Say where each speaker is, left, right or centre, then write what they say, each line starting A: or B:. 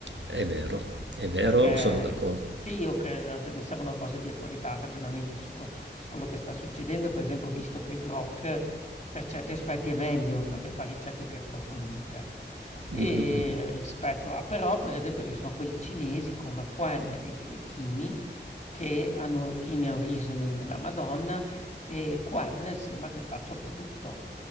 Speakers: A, on the right; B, on the left.
A: è vero, è vero,
B: Perché
A: sono d'accordo.
B: sì, io che mi servono cose di attualità, ragionamenti su, co- su quello che sta succedendo. Per esempio, ho visto che Grok per certi aspetti è meglio perché fa ricerche più approfondite. E
A: Mm,
B: rispetto a, però, per esempio, ci sono quelli cinesi come Juan e, e Kimi che hanno Chimia Reasoning della Madonna e Quen sembra che faccia un po' tutto,